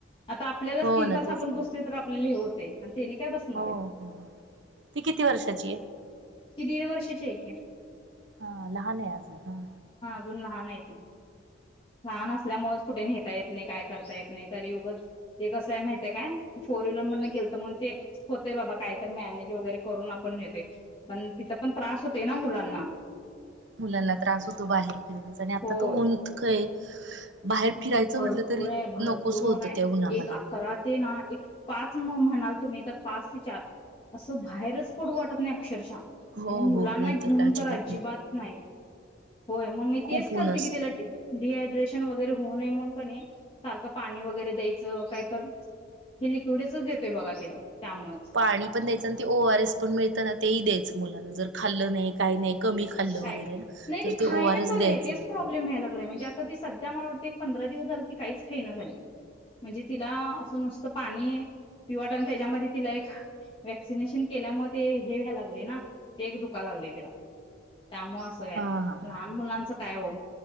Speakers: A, on the left (about 30°); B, on the right (about 70°).
A: आता आपल्यालाच
B: हो
A: तीन
B: ना
A: तास
B: तेच
A: आपण
B: की
A: बसत तर आपल्याले हे होते आणि तेने काय बसणार
B: हो
A: आहेत.
B: हो हो ती किती वर्षाची आहे?
A: त दीड वर्षाची आहे कि.
B: हा लहान आहे अजून हा.
A: अजून लहान आहे ती. लहान असल्यामुळेच कुठे नेता येत नाही काय करता येत नाही तरी उगच ते कसं आहे माहित काय. फोर व्हीलर गेल तर ते होतय बाबा काय तर मॅनेज वगैरे करून आपण न्हेतोय पण तिथं पण त्रास होते ना मुलां
B: मुलांना त्रास होतो बाहेर फिरण्याचा आणि आता
A: होय.
B: तो ऊन इतकं बाहेर फिरायचं
A: भरपूर
B: म्हटलं तरी
A: आहे भरपूर
B: नकोस होतं
A: होन आहे
B: त्या उन्हामध्ये
A: एक अकरा ते ना एक पाच म म्हणाल तुम्ही तर पाच ते चार असं बाहेरच पडू वाटत नाही अक्षरशः.
B: हो
A: आणि मुलांना
B: हो नाहीतर
A: घेऊन
B: काय
A: तर अजिबात
B: नाही
A: नाही. होय मग मी तेच
B: खूप ऊन
A: करते
B: असतं
A: कि तिला डिहायड्रेशन वगैरे होऊ ने म्हण पाणी सारखं पाणी वगैरे द्यायचं, कायत ही लिक्विडच देतोय बघा तिला. त्यामुळेच
B: पाणी पण द्यायचं आणि ते ओरएस पण मिळतं ना ते द्यायचं मुलाना जर खाल्लं नाही काही नाही. कमी खाल्लं
A: य
B: वगैरे ना
A: नाही
B: तर
A: ती
B: ते
A: खाय
B: ओ
A: नाही
B: आर एस
A: झालय
B: द्यायचं
A: तेच प्रॉब्लेम या्यायला लागलाय म्हणजे आता ती सध्या मला वाट एक पंधरा दिवस झालं त काहीच खाही ना झाले म्हणजे तिला असं नुसतं पाणी पिवटलं त्याच्यामध्ये तिला एक वॅक्सिनेशन केल्यामुळे ते हे व्यायला लागले ना ते एक दुका लागले त्याला त्यामुळे असं या्यायला
B: हा
A: लागलं
B: हा हा
A: लहान मुलांचं काय हो